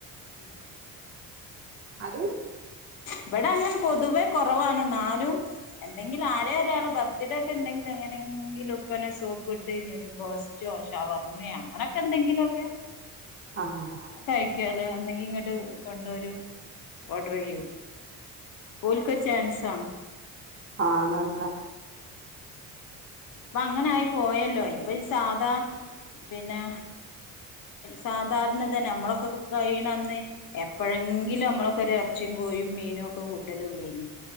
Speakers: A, on the left (about 65°); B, on the right (about 35°).
A: ഉം
B: അതും
A: ഇവടെ അങ്ങനെ പൊതുവെ കൊറവാണ് ന്നാലും എന്തങ്കിലും ആരെ ഒരാള് ബർത്ത്ഡെക്കെ ഇണ്ടെങ്കിൽ അങ്ങനെങ്കിലും ഇപ്പനെ സോപ്പ് ഇട്ട് ഞെരു ബ്രോസ് ജോ ശവർമ്മയ അതൊക്കെന്തെങ്കിലു ഒക്കെ
B: ആഹ്
A: കയിക്കാല് ഒന്നെങ്കി ഇങ്ങോട്ട് കൊണ്ടുവരും ഓഡർ എയ്യും ഓൽക്കൊരു ചാൻസാണ്
B: ആണല്ലേ
A: ഇപ്പ അങ്ങനായി പോയല്ലോ ഇപ്പൊ ഈ സാധാ പിന്നെ സാധാരണ തന്നെ അമ്മളൊക്ക് കുക്ക് കയണന്നെ എപ്പോഴെങ്കിലു അമ്മളൊക്കെ ഒരു എറച്ചിയും കോഴിയും മീനും ഒക്കെ കൂട്ടലൊള്ളേയ്നിം